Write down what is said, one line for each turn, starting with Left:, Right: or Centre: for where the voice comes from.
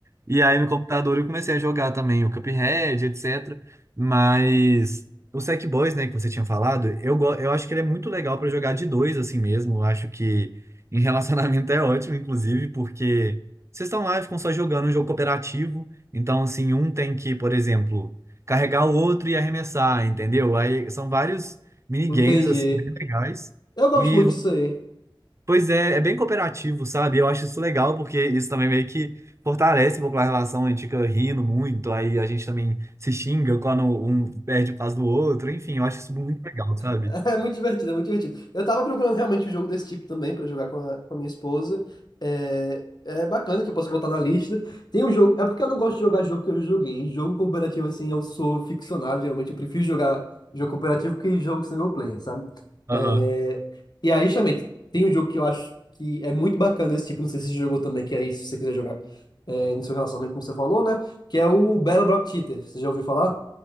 Right: e aí no computador eu comecei a jogar também o Cuphead, etc. Mas o Sackboy, né, que você tinha falado, eu, go- eu acho que ele é muito legal pra jogar de dois assim mesmo. Eu acho que em relacionamento <laughs> é ótimo, inclusive, porque vocês estão lá e ficam só jogando um jogo cooperativo. Então, assim, um tem que, por exemplo, carregar o outro e arremessar, entendeu? Aí são vários minigames,
Left: Entendi.
Right: assim, bem legais.
Left: Eu gosto
Right: E
Left: muito disso aí.
Right: Pois é, é bem cooperativo, sabe? Eu acho isso legal, porque isso também meio que fortalece um pouco a relação, a gente fica rindo muito, aí a gente também se xinga quando um perde por causa do outro, enfim, eu acho isso muito legal, sabe?
Left: <laughs> É muito divertido, é muito divertido. Eu tava procurando realmente um jogo desse tipo também pra jogar com a, com a minha esposa. É, é bacana que eu posso botar na lista. Tem um jogo. É porque eu não gosto de jogar jogo que eu já joguei. Jogo cooperativo, assim, eu sou ficcionado. Geralmente eu prefiro jogar jogo cooperativo que jogo single player, sabe?
Right: Aham.
Left: É, e aí, justamente, tem um jogo que eu acho que é muito bacana esse tipo. Não sei se você jogou também, que aí, se você quiser jogar é, no seu relacionamento, como você falou, né? Que é o Battle Block Theater. Você já ouviu falar?